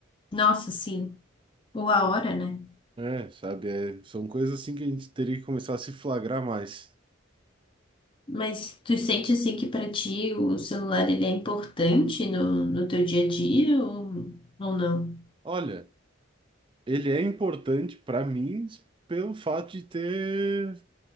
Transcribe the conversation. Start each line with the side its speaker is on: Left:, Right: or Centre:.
Left: Nossa, sim. Ou a hora, né?
Right: É, sabe, é, são coisas assim que a gente teria que começar a se flagrar mais.
Left: Mas tu sente assim que pra ti o celular ele é importante no, no teu dia a dia ou, ou não?
Right: Olha, ele é importante pra mim pelo fato de ter